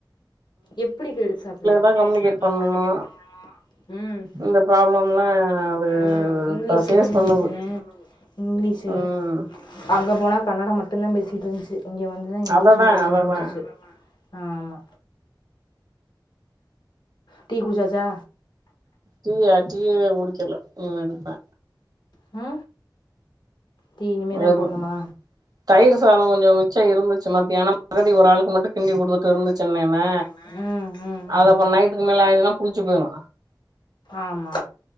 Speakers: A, on the left; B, on the right.
A: இங்கிலீஷ்ல
B: தா கம்யூனிகேட்
A: தா
B: பண்ணனு
A: கம்யூனிகேட் பண்ணணு
B: இந்த ப்ராப்ளம்லா அது
A: ம் இங்லீஷ்
B: இப்ப ஃபேஸ்
A: கம்யூனிகேஷனு
B: பண்ணுது
A: ம் இங்லீஷு
B: ம்
A: அங்க போனா கன்னடோ மட்டு தா பேசிட்டு இருந்ச்சு இங்க வந்து அத இங்கிலீஷு
B: அததா
A: பேச
B: அததா
A: ஆரம்பிச்சிச்சு ஆமா டீ குடிச்சாச்சா
B: டீயா டீயவே குடிக்கல ம் எடுப்பே
A: ஆ டீ இனிமே
B: வெறு
A: தா போட்ணுமா
B: தயிர் சாதோ கொஞ்சோ மிச்ச இருந்துச்சி மத்தியானோ அது எப்டி ஒரு ஆளுக்கு மட்டு கிண்டி குடுத்துட்டு இருந்துச்சின்னேனா
A: ம் ம்
B: அது
A: ம்
B: அப்றோ நைட்டுக்கு மேல ஆயிருதுனா புள்ச்சு போயிரு
A: ஆமா